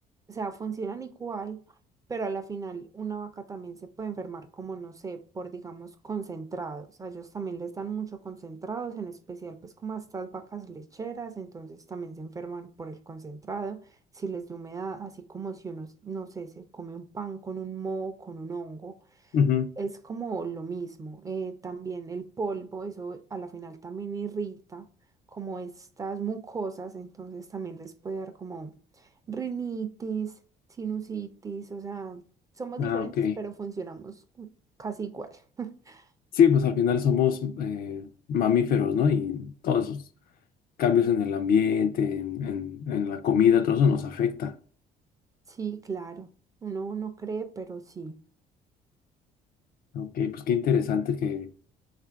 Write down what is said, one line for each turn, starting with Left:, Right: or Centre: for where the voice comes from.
Right: O sea, funcionan igual, pero a la final una vaca también se puede enfermar como, no sé, por, digamos, concentrados. A ellos también les dan mucho concentrados, en especial pues como a estas vacas lecheras, entonces también se enferman por el concentrado, si les da humedad, así como si uno, no sé, se come un pan con un moho, con un hongo
Left: Ujú.
Right: es como lo mismo. eh, también el polvo, eso a la final también irrita como estas mucosas, entonces también les puede dar como rinitis, sinusitis, o sea, somos diferentes,
Left: Ah, ok.
Right: pero funcionamos casi igual. <laughs>
Left: Sí, pues al final somos eh, mamíferos, ¿no? Y todos esos cambios en el ambiente, en, en- en la comida, todo eso nos afecta.
Right: Sí, claro, uno no cree, pero sí.
Left: Ok, pues qué interesante que,